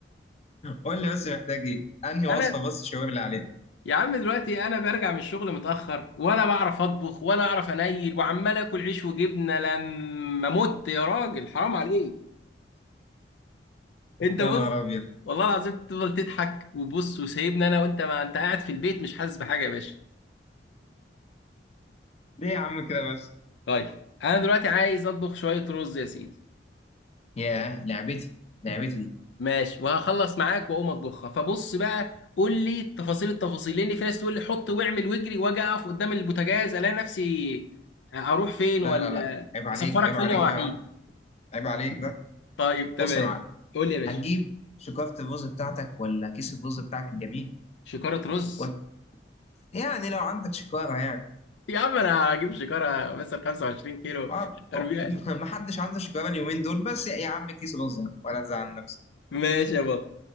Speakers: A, on the left; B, on the left.
A: قول لي بس محتاج ايه انهي وصفه
B: انا
A: بس شاور لي عليها
B: يا عم دلوقتي انا برجع من الشغل متاخر ولا بعرف اطبخ ولا اعرف انيل وعمال اكل عيش وجبنه لما مت يا راجل حرام عليك انت
A: يا
B: بص
A: نهار ابيض
B: والله العظيم تفضل تضحك وبص وسايبني انا وانت ما انت قاعد في البيت مش حاسس بحاجه يا باشا
A: ليه يا عم كده بس
B: طيب انا دلوقتي عايز اطبخ شويه رز يا سيدي
A: ياه لعبتي لعبتي دي
B: ماشي وهخلص معاك واقوم اطبخها فبص بقى قول لي تفاصيل التفاصيل لان في ناس تقول لي حط واعمل واجري واجي اقف قدام البوتاجاز الاقي نفسي اروح فين
A: لا
B: ولا
A: لا لا عيب عليك
B: اسفرك
A: عيب
B: فين
A: عليك
B: يا وحيد
A: بقى يا عم عيب عليك بقى
B: طيب تمام
A: بص يا معلم
B: قول لي يا باشا
A: هتجيب شكارة الرز بتاعتك ولا كيس الرز بتاعك الجميل
B: شكارة رز
A: وت... يعني لو عندك شكارة يعني
B: يا عم انا هجيب شكارة مثلا 25 كيلو
A: ما
B: أربعين
A: أو- <laughs> ما حدش عنده شكارة اليومين دول بس يا عم كيس رز يعني ولا تزعل نفسك
B: ماشي يا بطل